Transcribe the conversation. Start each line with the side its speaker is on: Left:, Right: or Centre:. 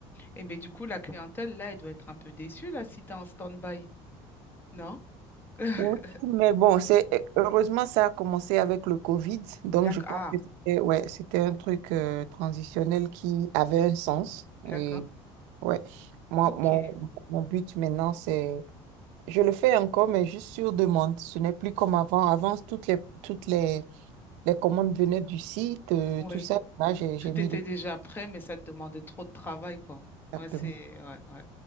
Left: Et mais du coup, la clientèle, là, elle doit être un peu déçue, là, si t'es en stand-by, non? <laughs>
Right: Oui, mais bon, c'est heureusement ça a commencé avec le Covid, donc
Left: D'accord,
Right: je pense
Left: ah,
Right: que c'était ouais, c'était un truc euh, transitionnel qui avait un sens.
Left: d'accord,
Right: Ouais. Moi,
Left: ok,
Right: mon, mon but maintenant, c'est... Je le fais encore, mais juste sur demande. Ce n'est plus comme avant. Avant, toutes les, toutes les, les commandes venaient du site, euh,
Left: oui.
Right: tout ça. Là, j'ai,
Left: Tout
Right: j'ai mis
Left: était
Right: le...
Left: déjà prêt, mais ça te demandait trop de travail, quoi.
Right: Exactement.
Left: Ouais, c'est, ouais, ouais.